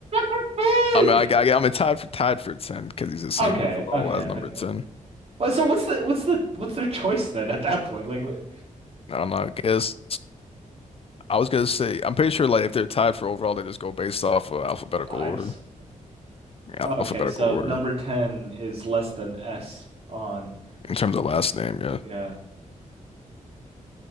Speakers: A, on the right (about 45°); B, on the left (about 45°).
A: <laughs>
B: I mean, I got, I'm tied for tied for 10 because he's the same
A: okay,
B: overall
A: okay,
B: as number
A: okay.
B: 10.
A: Well, so what's the what's the what's their choice then at that point? Like what,
B: I don't know. I guess I was gonna say I'm pretty sure like if they're tied for overall, they just go based off of alphabetical
A: vibes?
B: order. Yeah,
A: Oh, Okay,
B: alphabetical
A: so
B: order
A: number 10 is less than S on
B: in terms of last name, yeah.
A: yeah,